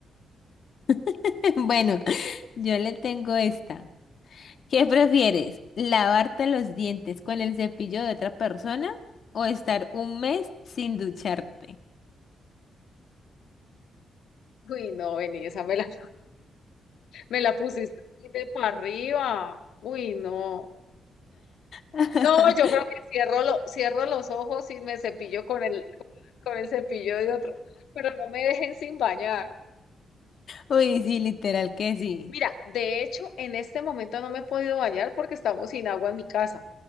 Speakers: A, on the left; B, on the left.
A: <laughs> Bueno,
B: ¿Qué pa-
A: yo le tengo esta. ¿Qué prefieres? ¿Lavarte los dientes con el cepillo de otra persona o estar un mes sin ducharte?
B: Uy, no, vení, esa me la, me la pusiste muy de para arriba. Uy, no.
A: <laughs>
B: No, yo creo que cierro, lo- cierro los ojos y me cepillo con el, con el cepillo de otro, pero no me dejen sin bañar.
A: Uy, sí, literal que sí.
B: Mira, de hecho, en este momento no me he podido bañar porque estamos sin agua en mi casa